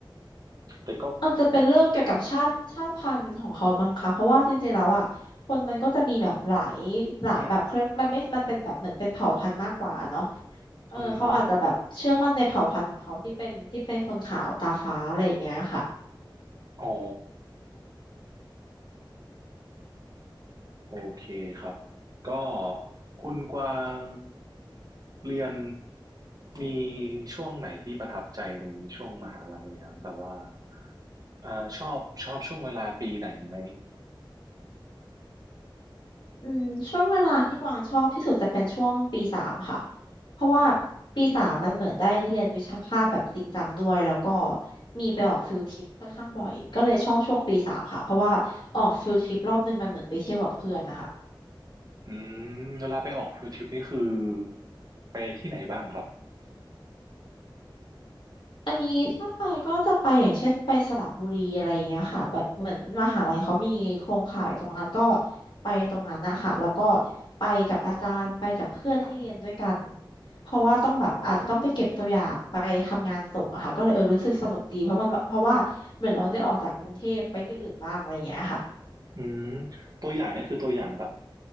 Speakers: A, on the right (about 45°); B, on the left (about 65°).
A: แต่ก็
B: อาจจะเป็นเรื่องเกี่ยวกับชาติชาติพันธุ์ของเขามั้งคะเพราะว่าจริงๆแล้วอ่ะคนมันก็จะมีแบบหลายหลายแบบเครยมันไม่มันเป็นแบบเหมือนเป็นเผ่าพันธุ์มากกว่าเนาะเออเขาอาจจะแบบเชื่อมั่นในเผ่าพันธุ์ของเขาที่เป็นที่เป็นคนขาวตาฟ้าอะไรอย่างเงี้ยค่ะ
A: อืมฮึอ๋อ โอเคครับ ก็คุณกวางเรียนมีช่วงไหนที่ประทับใจในช่วงมหาลัยไหมครับแบบว่าเอ่อชอบชอบช่วงเวลาปีไหนไหม
B: อืมช่วงเวลาที่กวางชอบที่สุดจะเป็นช่วงปีสามค่ะเพราะว่าปีสามมันเหมือนได้เรียนวิชาภาคแบบจริงจังด้วยแล้วก็มีไปออกฟิลทริปค่อนข้างบ่อยก็เลยชอบช่วงปีสามค่ะเพราะว่าออกฟิลทริปรอบนึงมันเหมือนไปเที่ยวกับเพื่อนนะคะ
A: อืมเวลาไปออกฟิล์ทริปนี่คือไปที่ไหนบ้างครับ
B: อันนี้ถ้าไปก็จะไปอย่างเช่นไปสระบุรีอะไรอย่างเงี้ยค่ะแบบเหมือนมหาลัยเขามีโครงข่ายตรงนั้นก็ไปตรงนั้นนะคะแล้วก็ไปกับอาจารย์ไปกับเพื่อนที่เรียนด้วยกันเพราะว่าต้องแบบอาจจะต้องไปเก็บตัวอย่างไปทำงานส่งอะค่ะก็เลยเออรู้สึกสนุกดีเพราะมันเพราะว่าเหมือนเราได้ออกจากกรุงเทพไปที่อื่นบ้างอะไรอย่างเงี้ยค่ะ
A: อืมตัวอย่างเนี่ยคือตัวอย่างแบบ